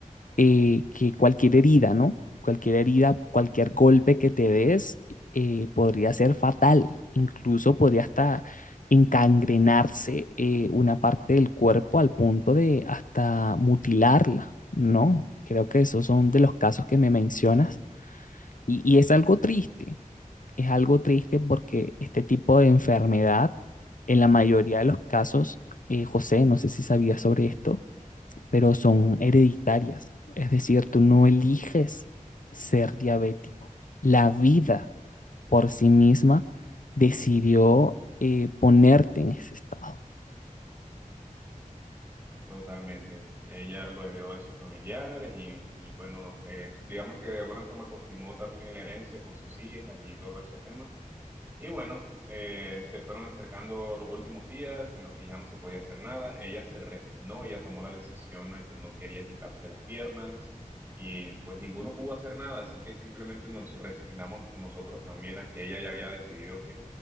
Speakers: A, on the left; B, on the right.
A: eh, que cualquier herida, ¿no? Cualquier herida, cualquier golpe que te des eh, podría ser fatal, incluso podría hasta encangrenarse eh, una parte del cuerpo al punto de hasta mutilarla, ¿no? Creo que esos son de los casos que me mencionas y, y es algo triste, es algo triste porque este tipo de enfermedad, en la mayoría de los casos, eh, José, no sé si sabías sobre esto, pero son hereditarias. Es decir, tú no eliges ser diabético. La vida por sí misma decidió eh, ponerte en ese estado.
B: Totalmente. Ella lo heredó de sus familiares y, y bueno, eh, digamos que de alguna forma continuó también en la herencia con sus hijas y todo ese tema Y bueno, eh, se fueron acercando los últimos días en los que ya no se podía hacer nada. Ella se resignó, ella tomó la decisión a que no quería quitarse las piernas y pues ninguno pudo hacer nada, así que simplemente nos resignamos nosotros también a que ella ya había decidido